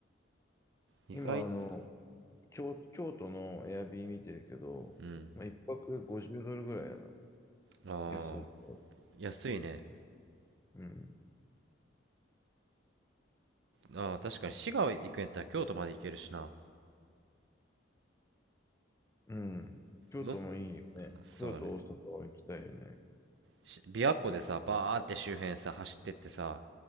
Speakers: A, on the right; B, on the left.
A: 意外と
B: 今、あの、京、京都のエアビー見てるけど、
A: うん
B: まあ、一泊50ドルぐらいやな。
A: あー
B: 安いところ。
A: 安いね
B: うん。
A: あー確かに滋賀行くんやったら京都まで行けるしな
B: うん。京都もいいよね。
A: どうすそうね
B: 京都、大阪は行きたいよね。
A: し琵琶湖でさバーって周辺さ走ってってさ